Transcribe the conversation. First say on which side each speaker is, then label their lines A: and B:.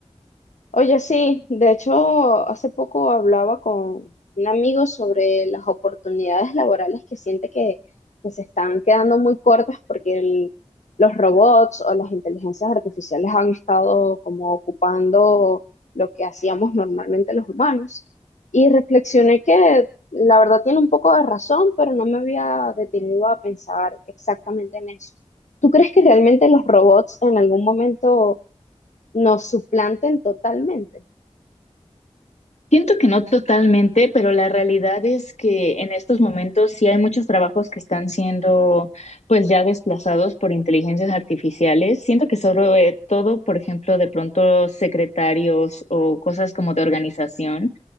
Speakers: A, on the left; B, on the left.
A: Oye, sí, de hecho, hace poco hablaba con un amigo sobre las oportunidades laborales que siente que, que se están quedando muy cortas porque el- los robots o las inteligencias artificiales han estado como ocupando lo que hacíamos normalmente los humanos. Y reflexioné que la verdad tiene un poco de razón, pero no me había detenido a pensar exactamente en eso. ¿Tú crees que realmente los robots en algún momento nos suplanten totalmente?
B: Siento que no totalmente, pero la realidad es que en estos momentos sí hay muchos trabajos que están siendo pues ya desplazados por inteligencias artificiales. Siento que sobre todo, por ejemplo, de pronto secretarios o cosas como de organización